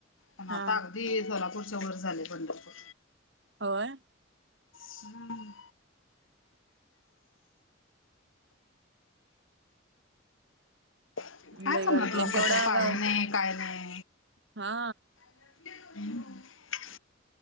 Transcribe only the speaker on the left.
पण आता
अगदी सोलापूरच्या वर झाले पंढरपूर.
हम्म. काय
करणार
पण लोक
तर पाणी नाही काय नाही.
<inaudible>